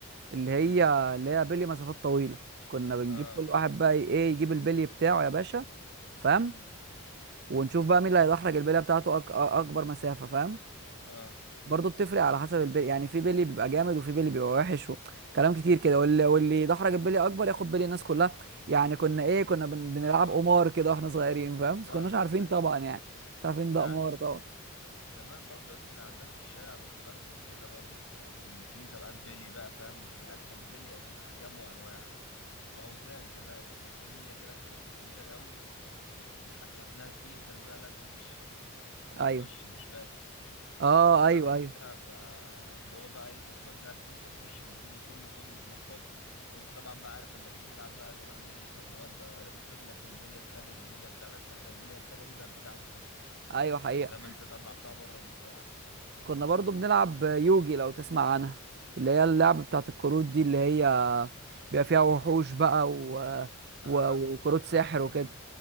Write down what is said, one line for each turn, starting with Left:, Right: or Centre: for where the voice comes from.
Right: اللي هي
Left: امم
Right: اللي هي بلي مسافات طويلة كنا بنجيب
Left: آه
Right: كل واحد بقى إيه يجيب البلي بتاعه يا باشا فاهم
Left: امم
Right: ونشوف بقى مين اللي هيدحرج البلية بتاعته أك... أكبر مسافة فاهم
Left: آه
Right: برضه بتفرق على حسب البلي يعني في بلي بيبقى جامد وفي بلي بيبقى وحش وكلام كتير كده واللي واللي يدحرج البلي اكبر ياخد بلي الناس كلها يعني كنا ايه كنا بن... بنلعب
Left: آه
Right: قمار كده واحنا صغيرين فاهم بس
Left: فاهمك
Right: كناش عارفين
Left: أي
Right: طبعا يعني مش عارفين
Left: أنت
Right: ده
Left: عند
Right: قمار طبعا
Left: زمان برضو يا اسطى كان عندنا في الشارع كنت بنزل كده برضو ال- كان في مسابقات بيلي بقى فاهم والعيال كان بيلي كان احجام وانواع واوزان كمان يعني كان في بليه كده كانت كبيره قوي كانت حاج وزنها تقيل كانوا بيقولوا عليها الدكش ولا
Right: ايوه
Left: الدش مش فاكر فكانوا
Right: اه
Left: لسه يلعبوا
Right: ايوه ايوه
Left: فيها فاللي هو بقى ايه كانت وزنها تقيل فتخش في البلي كله كله تنفضه وانت طبعا بقى عارف لما تيجي تلعب بقى زمان بلي فاللي هو انت عرفت تخبط البليه التانيه بالبليه بتاعتك فانت البليه التانيه دي بقت بتاعتك انت
Right: ايوه حقيقة
Left: ما دام انت طلعتها بره البتاع
Right: كنا برضه بنلعب يوجي لو تسمع عنها اللي هي اللعبة بتاعت الكروت دي اللي هي بيبقى فيها وحوش بقى و...
Left: انا
Right: و... وكروت
Left: كنت انا
Right: سحر
Left: كنت
Right: وكده